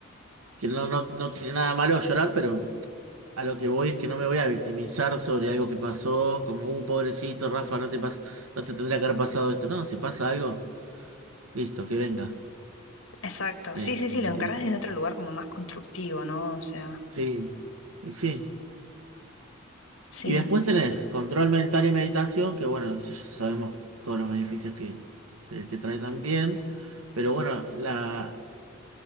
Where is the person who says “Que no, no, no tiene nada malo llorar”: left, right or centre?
Right